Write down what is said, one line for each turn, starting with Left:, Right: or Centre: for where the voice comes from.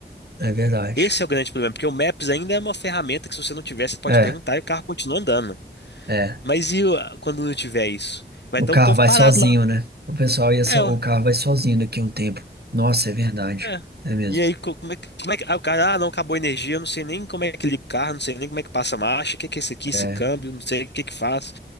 Right: é verdade.
Left: Esse é o grande problema, porque o Maps ainda é uma ferramenta que se você não tiver, você pode
Right: É,
Left: perguntar e o carro continua andando.
Right: é.
Left: Mas e o- quando não tiver isso? Vai
Right: O
Left: estar
Right: carro
Left: o povo
Right: vai
Left: parado
Right: sozinho,
Left: lá.
Right: né? O pessoal ia so...
Left: É,
Right: o
Left: ó,
Right: carro vai sozinho daqui a um tempo. Nossa, é verdade.
Left: é.
Right: É mesmo.
Left: E aí, co- como é que, como é que- ah, o cara, ah, não, acabou a energia, eu não sei nem como é que liga o carro, não sei nem como é que passa a marcha, o que que é isso aqui, esse
Right: É.
Left: câmbio, não sei o que que faz.